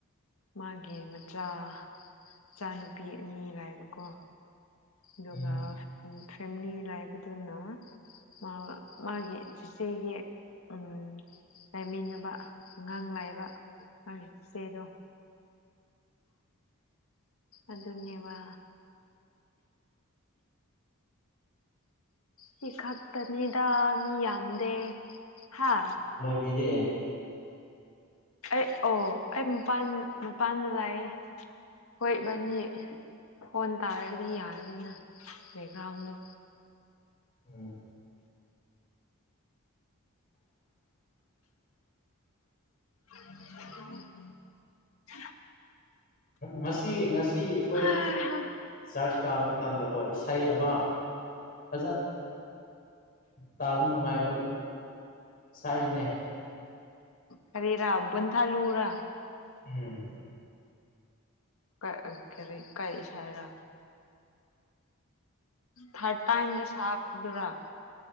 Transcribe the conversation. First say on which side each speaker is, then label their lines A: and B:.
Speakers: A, on the left (about 70°); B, on the left (about 40°).
A: ꯃꯥꯒꯤ ꯃꯆꯥ ꯃꯆꯥꯅꯨꯄꯤ ꯑꯅꯤꯔ ꯍꯥꯏꯕꯀꯣ ꯑꯗꯨꯒ
B: ꯎꯝ
A: ꯐꯦꯃꯤꯂꯤ ꯂꯩꯕꯗꯨꯅ ꯃꯥ ꯃꯥꯒꯤ ꯆꯤꯆꯦꯒꯤ ꯎꯝ ꯂꯩꯥꯃꯤꯟꯅꯕ ꯑꯉꯥꯡ ꯂꯩꯕ ꯃꯥꯒꯤ ꯆꯤꯆꯦꯗꯣ ꯑꯗꯨꯅꯦꯕ ꯁꯤ ꯈꯛꯇꯅꯤꯗ ꯃꯤ ꯌꯥꯝꯗꯦ ꯍꯥ
B: ꯄꯤꯔꯦ
A: ꯑꯩ ꯑꯣ ꯑꯩ ꯃꯄꯥꯟ ꯃꯄꯥꯟꯗ ꯂꯩꯑꯦ ꯍꯣꯏꯕꯅꯤ ꯐꯣꯟ ꯇꯥꯔꯗꯤ ꯌꯥꯔꯅꯤꯅ ꯕꯦꯛꯒ꯭ꯔꯥꯎꯟꯗꯣ
B: ꯎꯝ <inaudible>
A: <unintelligible>
B: ꯉꯁꯤ ꯉꯁꯤ ꯑꯩꯈꯣꯏ
A: ꯎꯝ
B: ꯆꯔꯆ ꯀꯥꯕ ꯃꯇꯝꯗꯀꯣ ꯏꯁꯩ ꯋꯥ ꯐꯖ ꯇꯥꯕ ꯅꯨꯡꯉꯥꯏꯕ ꯁꯥꯏꯅꯦ
A: ꯀꯔꯦꯔ ꯕꯨꯟ ꯊꯜꯂꯨꯔ
B: ꯎꯝ
A: ꯀ ꯀꯔꯤ ꯀꯩ ꯁꯥꯏꯔꯥ ꯊꯔꯠ ꯇꯥꯏꯝ ꯗ ꯁꯥꯞꯗꯨꯔꯥ